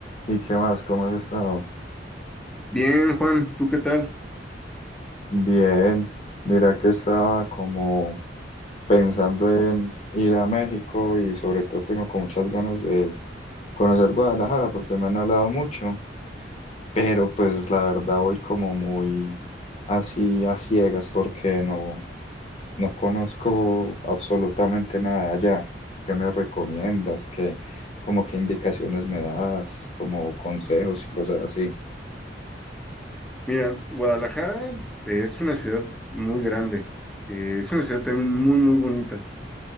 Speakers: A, on the left; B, in the centre.
A: ¿Y qué más? ¿Cómo has estado?
B: Bien, Juan, ¿tú qué tal?
A: Bien, mira que estaba como pensando en ir a México y sobre todo tengo con muchas ganas de conocer Guadalajara porque me han hablado mucho, pero pues la verdad voy como muy así a ciegas porque no, no conozco absolutamente nada de allá. ¿Qué me recomiendas? ¿Qué, como qué indicaciones me das? Como consejos y cosas así.
B: Mira, Guadalajara eh, es una ciudad muy grande, eh, es una ciudad también muy, muy bonita.